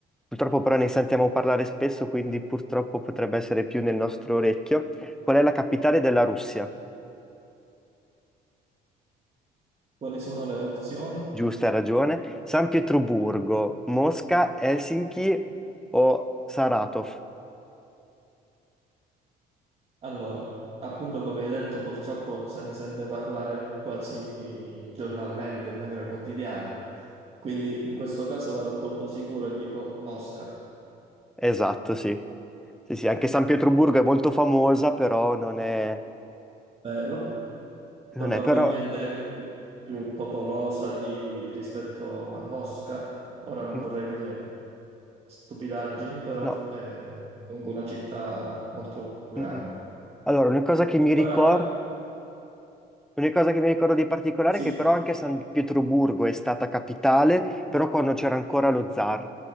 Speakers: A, in the centre; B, on the right.
A: Purtroppo però ne sentiamo parlare spesso, quindi purtroppo potrebbe essere più nel nostro orecchio. Qual è la capitale della Russia?
B: Quali sono le opzioni?
A: Giusto, hai ragione. San Pietroburgo, Mosca, Helsinki o Saratov?
B: Allora, appunto come hai detto, purtroppo se ne sente parlare quasi giornalmente, in maniera quotidiana. Quindi in questo caso vado a colpo sicuro e dico Mosca.
A: Esatto, sì. Sì, sì, anche San Pietroburgo è molto famosa, però non è...
B: vero? Probabilmente
A: Non è, però
B: anche più popolosa di- rispetto a Mosca. Ora non
A: Mm,
B: vorrei dire stupidaggini, però
A: No.
B: è comunque una città molto grande.
A: Mm, mm. Allora, una cosa che mi ricordo,
B: Ora
A: una cosa che mi ricordo di particolare
B: sì,
A: è che però anche San Pietroburgo è stata capitale, però quando c'era ancora lo zar.